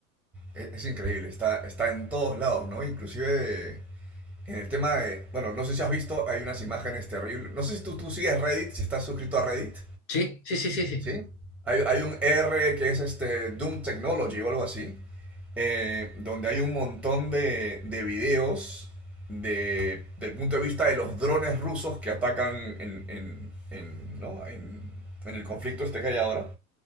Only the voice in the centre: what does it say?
es, es increíble, está, está en todos lados, ¿no? Inclusive en el tema de, bueno, no sé si has visto, hay unas imágenes terribles. No sé si tú, tú sigues Reddit, si estás suscrito a Reddit.
¿sí? Hay, hay un R que es este Doom Technology o algo así, eh, donde hay un montón de, de videos de, del punto de vista de los drones rusos que atacan en, en, en, ¿no? en, en el conflicto este que hay ahora.